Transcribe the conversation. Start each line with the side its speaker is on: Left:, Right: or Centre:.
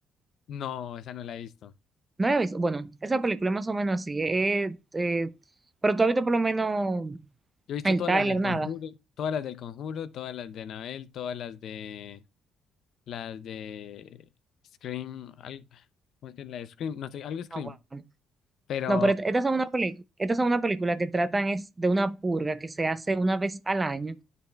Left: no, esa no la he visto.
Right: No la he visto. Bueno, esa película es más o menos así. eh, eh, pero tú has visto por lo menos
Left: Yo he visto
Right: el
Left: todas
Right: tráiler,
Left: las del Conjuro,
Right: nada.
Left: todas las del Conjuro, todas las de Anabel, todas las de las de Scream, al- ¿cómo es que es la de Scream? No sé, algo Scream.
Right: Ah, bueno.
Left: Pero,
Right: No, pero esta- estas son una película, estas son una película que tratan es de una purga que se hace una vez al año.